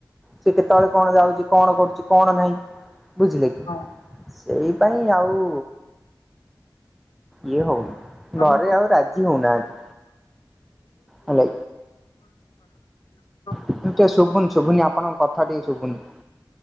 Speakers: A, in the centre; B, on the left.
A: ସେ କେତବେଳେ କଣ ଯାଉଚି କଣ କରୁଛି କଣ ନାହିଁ ବୁଝି
B: ହଁ
A: ସେଇ ପାଇଁ ଆଉ ଇଏ ହଉନି।
B: ଆମେ
A: ଘରେ
B: ଗୋଟେ
A: ଆଉ ରାଜି ହଉନାହାନ୍ତି। ହେଲା
B: <unintelligible> <unintelligible>
A: ଏମ୍ ତିଆ ଶୁବୁନି ଶୁଭୁନି ଆପଣଙ୍କ କଥା ଟିକେ ଶୁବୁନି।